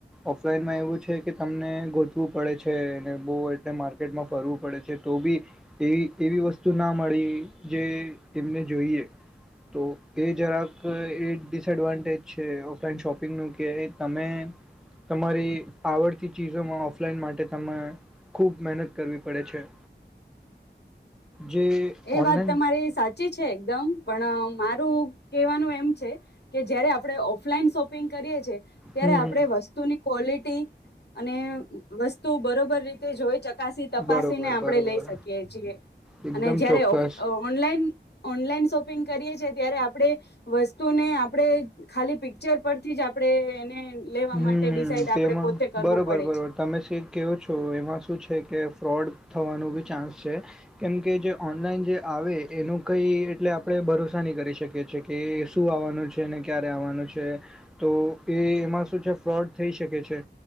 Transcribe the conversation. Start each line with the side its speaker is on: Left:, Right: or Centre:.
Centre: ઓફલાઈનમાં એવું છે, કે તમને ગોતવું પડે છે, ને બહુ એટલે માર્કેટમા ફરવું પડે છે, તો બી એવી એવી વસ્તુ ના મળી જે એમને જોઈએ, તો એ જરાક એ ડિસએડવાન્ટેજ છે, ઓફલાઈન શોપિંગનું કે તમે તમારી આવડતી ચીજોમાં ઓફલાઈન માટે તમે ખૂબ મહેનત કરવી પડે છે. જે
Left: એ
Centre: ઓનલાઈન
Left: વાત તમારી સાચી છે, એકદમ પણ મારું કહેવાનું એમ છે, કે જયારે આપણે ઓફલાઈન શોપિંગ કરીએ ત્યારે,
Centre: હમ
Left: આપણે
Centre: હમ
Left: વસ્તુની ક્વોલિટી અને વસ્તુ બરોબર, રીતે જોઈ, ચક ચકાસી તપાસી,
Centre: બરોબર
Left: ને આપણે
Centre: બરોબર.
Left: લઈ શકીએ, છીએ
Centre: એકદમ
Left: અને જયારે,
Centre: ચોક્કસ
Left: ઓફ ઓનલાઈન ઓનલાઈન શોપિંગ કરીએ છેએ, ત્યારે આપણે વસ્તુને આપણે ખાલી પિક્ચર પરથી જ આપણે એને લેવા
Centre: હમ,
Left: માટે ડિસાઇડ
Centre: તેમાં
Left: આપણે પોતે કરવું
Centre: બરોબર,
Left: પડે
Centre: બરોબર
Left: છે
Centre: તમે શ કેહો છો, એમાં શું છે, કે ફ્રોડ થવાનું બી ચાન્સ છે, કેમકે જે ઓનલાઈન જે આવે એનું કંઈ એટલે આપણે ભરોસા નહીં, કરી શકીએ છીએ કે શું આવવાનું છે, ને ક્યારે આવવાનું છે, તો એ એમાં શું છે ફ્રોડ થઈ શકે છે,